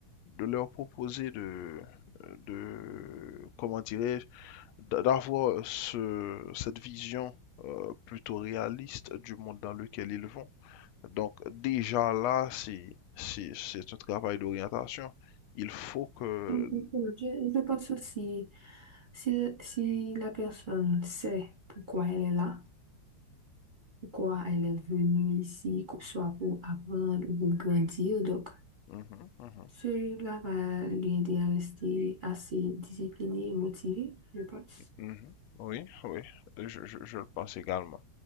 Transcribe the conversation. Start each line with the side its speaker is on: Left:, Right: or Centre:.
Left: de leur proposer de, de comment dirais-je, d'a- d'avoir ce, cette vision euh, plutôt réaliste du monde dans lequel ils vont. Donc déjà là, c'est, c'est, c'est un travail d'orientation. Il faut que
Right: Donc, Je, je pense aussi, si, si la personne sait pourquoi elle est là, pourquoi elle est venue ici, que ce soit pour apprendre ou pour grandir, donc
Left: Mhm, mhm,
Right: Celui-là va lui aider à rester assez discipliné et motivé, je pense.
Left: mhm. Oui, oui, je, je- je le pense également.